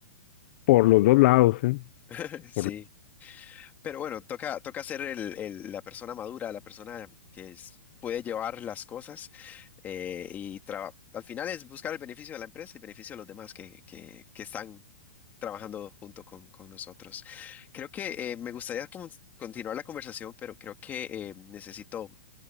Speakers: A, on the left; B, on the left.
A: por los dos lados, ¿eh?
B: <laughs> sí.
A: Por-
B: Pero bueno, toca, toca ser el- el- la persona madura, la persona que es- puede llevar las cosas eh, y traba- al final es buscar el beneficio de la empresa y beneficio de los demás que, que- que están trabajando junto con, con nosotros. Creo que eh, me gustaría como continuar la conversación, pero creo que eh, necesito,